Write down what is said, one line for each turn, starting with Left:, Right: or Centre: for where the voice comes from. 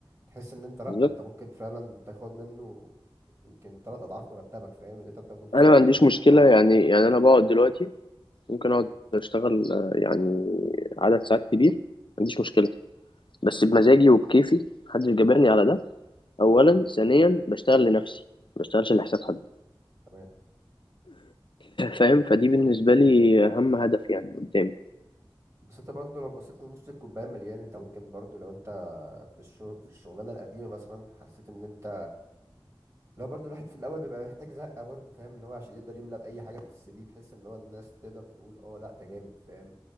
Right: تحس ان انت لا
Left: بالظبط
Right: انت ممكن فعلا تاخد منه يمكن تلات اضعاف مرتبك فاهم اللي انت بتاخده في الشركه
Left: أنا ما عنديش
Right: مثلا
Left: مشكلة
Right: فاهم
Left: يعني يعني أنا بقعد دلوقتي ممكن أقعد أشتغل آه، يعني عدد ساعات كبير ما عنديش مشكلة بس بمزاجي وبكيفي محدش جبرني على ده أولا ثانيا بشتغل لنفسي ما بشتغلش لحساب حد
Right: تمام
Left: فاهم فدي بالنسبة لي أهم هدف يعني قدامي
Right: بس انت برضه لو بصيت لنص الكوبايه مليان انت ممكن برضه لو انت في الشغل في الشغلانه القديمه مثلا حسيت ان انت لا برضو الواحد في الاول بيبقى محتاج زقه برضو فاهم ان هو عشان يقدر يملى باي حاجه في السي في بحيث ان هو الناس تقدر تقول اه لا ده جامد فاهم